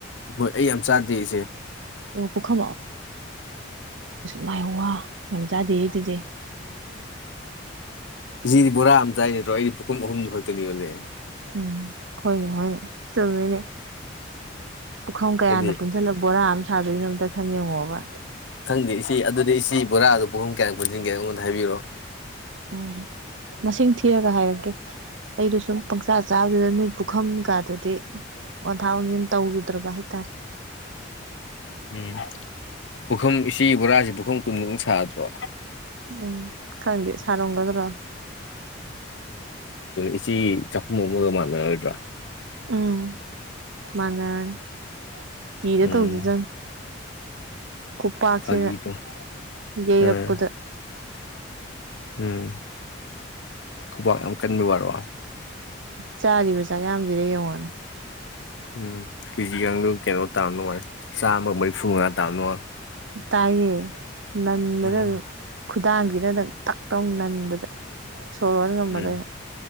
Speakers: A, on the left; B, on the right.
A: ꯍꯣꯏ ꯑꯩ ꯌꯥꯝ ꯆꯥꯗꯦ ꯑꯩꯁꯦ
B: ꯑꯣ ꯄꯨꯈ ꯃꯥꯏꯌ ꯌꯥꯝ ꯆꯥꯗꯦ ꯑꯗꯨꯗꯤ
A: ꯁꯤꯗꯤ ꯕꯣꯔꯥ ꯑꯃ ꯆꯥꯏ ꯅꯠꯇ꯭ꯔꯣ ꯑꯩꯗꯤ ꯄꯨꯈꯨꯝ ꯑꯍꯨꯝ ꯈꯛꯇꯅꯤ ꯑꯣꯅꯦ
B: ꯎꯝ ꯍꯣꯏꯅꯦ ꯍꯣꯏꯅꯦ ꯆꯃꯤꯅꯦ ꯄꯨꯈꯝ ꯀꯌꯥꯅ
A: ꯍꯥꯏꯗꯤ
B: ꯄꯨꯟꯁꯤꯜꯂ ꯕꯣꯔꯥ ꯁꯥꯗꯣꯏꯩꯅ ꯑꯝꯇ ꯈꯟ ꯌꯦꯡꯉꯣꯕ
A: ꯈꯪꯗꯦ ꯏꯆꯦ ꯑꯗꯨꯗꯤ ꯏꯆꯦ ꯕꯣꯔꯥꯗꯣ ꯄꯍꯨꯝ ꯀꯌꯥ ꯄꯨꯟꯁꯤꯟꯒꯦ ꯑꯩꯉꯣꯟꯗ ꯍꯥꯏꯕꯤꯔꯛꯑꯣ
B: ꯎꯝ ꯃꯁꯤꯡ ꯊꯤꯔꯒ ꯍꯥꯏꯔꯒꯦ ꯑꯩꯗꯣ ꯁꯨꯝ ꯄꯪꯆꯥ ꯆꯥꯕꯗꯨꯗ ꯅꯣꯏ ꯄꯨꯈꯝ ꯀꯗꯗꯤ ꯋꯥꯟꯊꯥ ꯋꯥꯟꯁꯤꯟ ꯇꯧꯔꯨꯗ꯭ꯔꯕ ꯍꯥꯏꯇꯥꯔꯦ
A: ꯎꯝ ꯄꯨꯈꯝ ꯏꯆꯦ ꯕꯣꯔꯥꯁ ꯄꯨꯈꯝ ꯀꯨꯟꯃꯨꯛ ꯁꯥꯗ꯭ꯔꯣ
B: ꯎꯝ ꯈꯪꯗꯦ ꯁꯥꯔꯝꯒꯗ꯭ꯔꯣ
A: ꯏꯆꯦ ꯆꯥꯛꯈꯨꯝ ꯑꯃꯒ ꯃꯥꯟꯅꯔꯣꯏꯗ꯭ꯔꯥ
B: ꯎꯝ ꯃꯅꯥꯅꯤ ꯀꯤꯗ
A: ꯎꯝ
B: ꯇꯧꯗꯨ ꯆꯪ ꯈꯨꯄꯥꯛꯁꯤꯅ
A: ꯐꯥꯒꯤꯗꯣ
B: ꯌꯩꯔꯛꯄꯗ
A: ꯎꯝ ꯎꯝ ꯈꯨꯕꯛ ꯌꯥꯝ ꯀꯟꯕ ꯋꯥꯔꯣ꯫
B: ꯆꯥꯔꯤꯕ ꯆꯥꯛ ꯌꯥꯝꯁꯤꯔꯦ ꯌꯦꯡꯉꯣꯅ
A: ꯎꯝ ꯀꯦꯖꯤꯒꯗꯨ ꯀꯩꯅꯣ ꯇꯥꯅꯣꯣꯏ ꯆꯥꯝꯃꯒ ꯃꯔꯤꯐꯨ ꯃꯉꯥ ꯇꯥꯅꯣ
B: ꯇꯥꯏꯌꯦ ꯅꯟꯃꯤꯗ
A: ꯎꯝ
B: ꯑꯗꯨ ꯈꯨꯗꯥꯡꯁꯤꯅꯅꯪ ꯇꯥꯛ ꯂꯧꯅ ꯅꯟꯕꯗ ꯁꯣꯔ ꯍꯣꯟ ꯉꯝꯃꯔꯣꯏ
A: ꯎꯝ